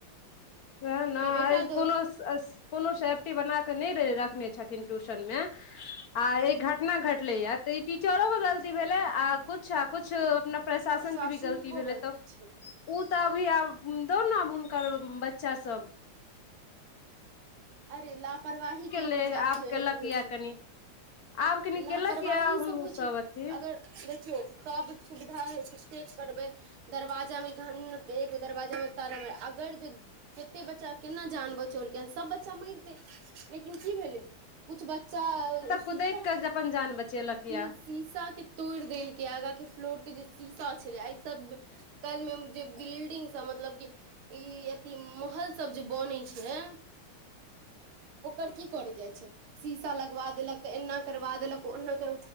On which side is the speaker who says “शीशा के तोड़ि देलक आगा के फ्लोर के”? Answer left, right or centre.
Right